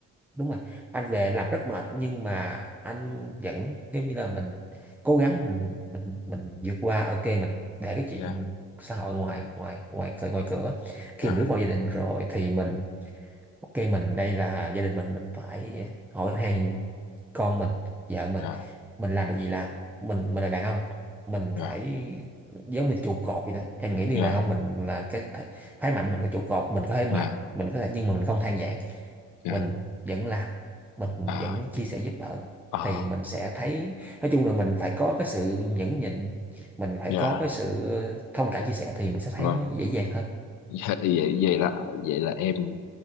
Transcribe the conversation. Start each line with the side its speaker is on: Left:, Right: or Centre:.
Centre: đúng rồi anh về làm rất mệt nhưng mà anh vẫn giống như là mình cố gắng mình mình mình vượt qua ok mình để cái chuyện
Left: dạ
Centre: xã hội ngoài ngoài ngoài cửa ngoài cửa khi
Left: dạ
Centre: mình bước vào gia đình rồi thì mình ok mình đây là gia đình mình mình phải hỏi hàng con mình vợ mình
Left: dạ
Centre: mình làm được gì làm mình mình là đàn ông mình
Left: dạ
Centre: phải giống như trụ cột vậy đó em nghĩ như
Left: dạ
Centre: đàn ông mình là cái th- phái mạnh mình có trụ cột mình có thể mệt
Left: dạ dạ
Centre: mình có thể nhưng mà mình không than vãn
Left: dạ
Centre: mình vẫn làm mình
Left: à
Centre: vẫn chia sẻ giúp đỡ
Left: à
Centre: thì mình sẽ thấy nói chung là mình phải có cái sự nhẫn nhịn mình phải
Left: dạ
Centre: có cái sự thông cảm chia sẻ thì mình sẽ thấy
Left: vâng
Centre: nó dễ dàng hơn
Left: Dạ, vậy vậy là vậy là em